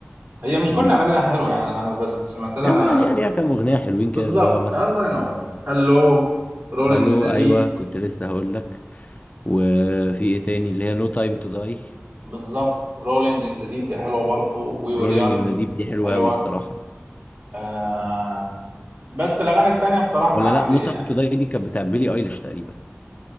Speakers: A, on the right; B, on the left.
A: هي مش
B: مميتة
A: كل أغانيها حلوة يعني أنا بس سمعت لها
B: هي هي ليها كام اغنيه حلوين كده
A: بالظبط
B: اللي هو مثلا
A: الله ينور
B: زي
A: هلو رولينج
B: هالو
A: إن ذا ديب
B: ايوه كنت لسه هقول لك وفي ايه تاني اللي هي نو تايم تو داي
A: بالظبط رولينج إن ذا ديب دي حلوة برضو وي وير
B: رولينج
A: يونج
B: ان ذا ديب دي حلوه
A: حلوة
B: قوي الصراحه
A: آه... بس الأغاني التانية بصراحة
B: ولا
A: عادية
B: لا نو تايم
A: يعني
B: تو داي دي كانت بتاع بيلي ايليش تقريبا